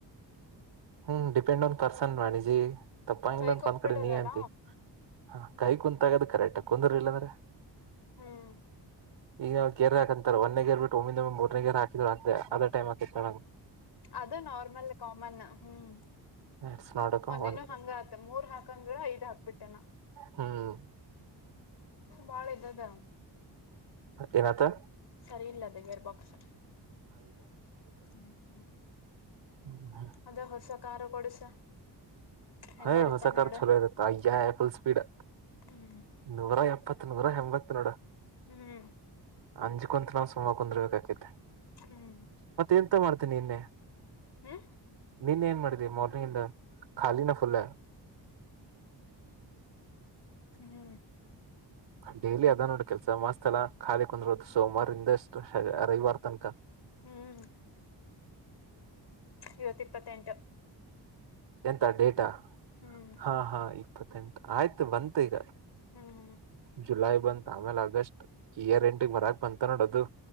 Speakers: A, on the right (about 80°); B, on the left (about 65°).
A: ಹ್ಮ್ ಡಿಪೆಂಡ್ ನ್ ಪರ್ಸನ್ ವಾಣಿಜಿ ತಪ್ಪಂಗಿಲ್ಲ
B: ಕೈ
A: ಅಂತ
B: ಕೂತ್ಬಿಟ್ಟದಲ್ಲ
A: ಒಂದ್ ಕಡೆ ನೀ ಅಂತಿ ಹ ಕೈ ಕುಂತಾಗದು ಕರೆಕ್ಟ್ ಕುಂದರ್ಿಲ್ಲ ಅಂದ್ರೆ
B: ಹ್ಮ್
A: ಈಗ ನ ಕೇರ್ ಹಾಕಂತಾರ ಒಂದ ಗರ್ ಬಿಟ್ಟ ಒಮ್ಮ ಮೂರ್ನೇ ಹಕಿದ್ರ ಅದ ೈಮ ಹಾಕ ಕ
B: ಅದು normal common hmm
A: it's not a common
B: ಮೊನ್ನೆನು ಹಂಗ ಆತ ಮೂರ್ ಹಾಕಂದ್ರ ಐದ್ ಹಾಕ್ಬಿಟ್ಟೇನಾ
A: ಹ್ಮ್
B: ಬಾಳ ಇದದ
A: ಏನು ಆಯಿತು
B: ಸರಿ ಇಲ್ಲ ಅದ ಗೇರ್ ಬಾಕ್ಸ್ ಹ್ಮ್ ಹ್ಮ್
A: ಹ್ಮ್
B: ಅದ ಹೊಸ ಕಾರು ಕೊಡಸ ಹೆಂಗ
A: ಹ
B: ಹೊಡಿತನ್
A: ಹೊಸಕಾರ
B: ನೋಡ
A: ಚಲೋಯ ುಲ್ ಸ್ಪೀಡ್
B: ಹ್ಮ್
A: ನೂರ ಎಪ್ಪತ್ತು ಹ ನೂರ ಎಂಬತ್ತ ನೂಡ
B: ಹ್ಮ್
A: ಅಂಜಕೊಂತ ನಾವ್ ಸುಮ್ಮ ಕುಂದರ್ಬೇಕಕೈತೆ
B: ಹ್ಮ್
A: ಮತ್ತ ಎಂತ ಮಾಡ್ತೇನಿ ನಿನ್ನೆ
B: ಹ್ಮ್
A: ನಿನ್ ಏನ್ ಮಾಡಿದಿ ಮಾರ್ನಿಂಗ್ ಇಂದ ಖಾಲಿನೆ ಫುಲ್
B: ಹ್ಮ್
A: ಡೇಲಿ ಅದ ನೋಡಿ ಕೆಲ್ಸ ಮಾಸ್ತ್ ಎಲ್ಲಾ ಖಾಲಿ ಕುಂದ್ರೋದು ಸೋಮವಾರಿಂದ ಅಷ್ಟು ರವಿವಾರ ತನಕ
B: ಹ್ಮ್ ಇವತ್ತ ಇಪ್ಪತ್ತೆಂಟು
A: ಎಂತ ಡೇಟಾ
B: ಹ್ಮ್
A: ಹಾ ಹಾ ಇಪ್ಪತ್ತೆಂಟು ಆಯ್ತು ಬಂತು ಈಗ
B: ಹ್ಮ್
A: ಜುಲೈ ಬಂತ ಆಮೇಲೆ ಆಗಸ್ಟ್ ಇಯರ್ ಎಂಡ್ ಬರಕ್ ಬಂತ ನೋಡ ಅದು